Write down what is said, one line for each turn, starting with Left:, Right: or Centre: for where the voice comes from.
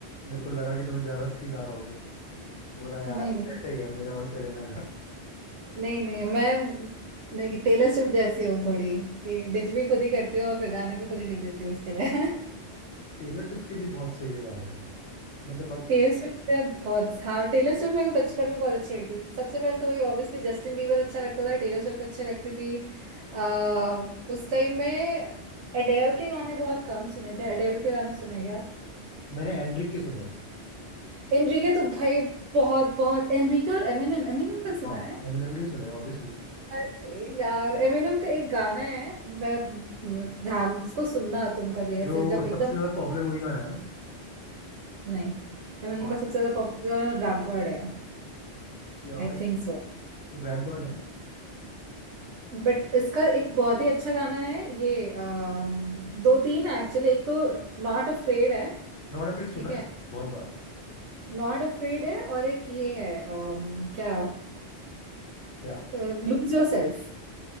Left: मेरे को लगा कि तुम्हें ज्यादा फील आ रहा हो फिर बोला यार
Right: नहीं
Left: एक
Right: नहीं
Left: जैसा ही है मेरा और सेलेना का
Right: नहीं नहीं मैं नहीं टेलर स्विफ्ट जैसी हूँ थोड़ी कि डिच भी खुद ही करती हूँ और फिर गाने भी खुद ही लिख देती हूँ उसके लिए <laughs>
Left: टेलर स्विफ्ट के भी बहुत सही से गाने हैं मतलब बट
Right: टेलर स्विफ्ट यार बहुत हाँ टेलर स्विफ्ट मेरे को बचपन में बहुत अच्छी लगती थी सबसे पहले तो वही ऑब्वियसली जस्टिन बीबर अच्छा लगता था टेलर स्विफ्ट अच्छी लगती थी आ, उस टाइम में एडेल के गाने बहुत कम सुने थे एडेल के गाने सुने क्या
Left: मैंने एनड्रिक के सुने हैं
Right: एनरिके तो भाई बहुत बहुत एनरिके और एमिनेम एमिनेम का सुना
Left: हाँ
Right: है
Left: एमिनेम के भी सुने हैं ऑब्वियसली
Right: अरे यार एमिनेम का एक गाना है मैं मैं- ध्यान से उसको सुनना तुम कभी ऐसे
Left: जो
Right: जब
Left: वो सबसे
Right: एकदम
Left: ज्यादा पॉपुलर वही गाना है ना
Right: नहीं एमिनेम
Left: हाँ
Right: का सबसे ज्यादा पॉपुलर गाना रैप गॉड है
Left: यार
Right: I think so
Left: रैप गॉड ना
Right: बट इसका एक बहुत ही अच्छा गाना है ये अम, दो तीन है एक्चुअली एक तो नॉट अफ्रेड है
Left: नॉट अपनी सुना
Right: ठीक है
Left: है बहुत बार
Right: नॉट अफ्रेड है और एक ये है अम, क्या
Left: क्या
Right: lose yourself